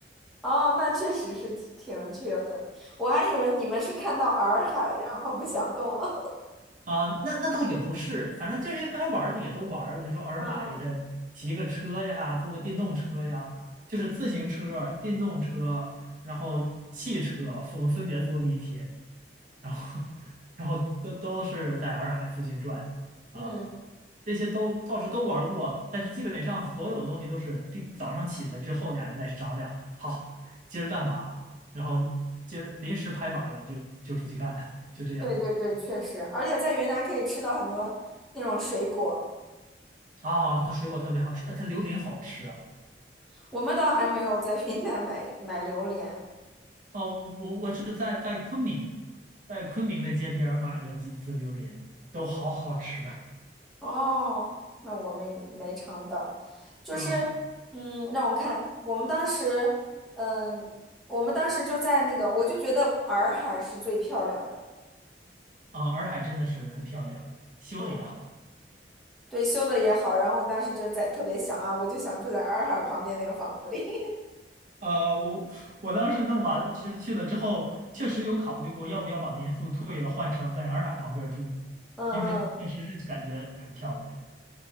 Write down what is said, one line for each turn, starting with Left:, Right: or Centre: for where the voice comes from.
Centre: 哦，那确实是挺挺 chill 的。我还以为你们是看到洱海，然后不想动了。
Right: 啊、呃那那倒也不是，反正这些该玩的也都玩了。你说洱海的，
Centre: <laughs> 嗯
Right: 骑个车呀，坐个电动车呀，就是自行车、电动车，然后汽车，我们分别租了一天。然后 <laughs> 然后都都是在洱海附近转，
Centre: 嗯，
Right: 呃，
Centre: 嗯，
Right: 这些都倒是都玩儿过，但是基本上所有的东西都是第早上起来之后，俩人再商量，好，今儿干嘛，然后今儿临时拍板儿了就就出去干，<laughs> 就这样
Centre: 对对对，确实，而且在云南可以吃到很多那种水果。
Right: 啊。它水果特别好吃，呃，它榴莲好吃啊。
Centre: 我们倒还没有在云南买买榴莲。
Right: 哦，我我是在在昆明，在昆明的街边儿买了几次榴莲，都好好吃啊。
Centre: 哦，那我们没尝到。就是，
Right: 嗯
Centre: 嗯，让我看，我们当时，嗯，我们当时就在那个，我就觉得洱海是最漂亮的。
Right: 啊，洱海真的是很漂亮，修的也好。
Centre: 嗯。对，修的也好，然后我当时就在特别想啊，我就想住在洱海旁边那个房子里，<laughs>
Right: 呃，我我当时弄完，了，就实去了之后，确实有考虑过要不要把民宿退了，换成在洱海旁边儿住，
Centre: 嗯嗯，
Right: 因为确实是感觉很漂亮。